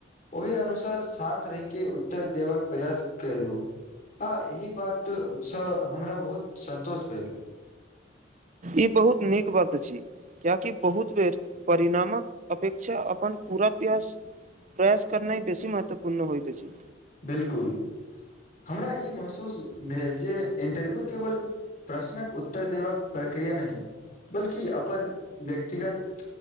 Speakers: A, on the left; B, on the right.
A: ओहि अनुसार शान्त रहिके उत्तर देबाक प्रयास केलू हॅं एहि बातसँ हमरा बहुत संन्तोष भेटल
B: ई बहुत नीक बात छी कियाकि बहुत बेर परिणामक अपेक्षा अपन पूरा प्रयास प्रयास करना बेसी महत्वपूर्ण होइत अछि।
A: बिल्कुल हमरा ई महसूस भेल जे इंटरव्यू केवल प्रश्नक उत्तर देबाक प्रक्रिया नहि बल्कि अपन व्यक्तिगत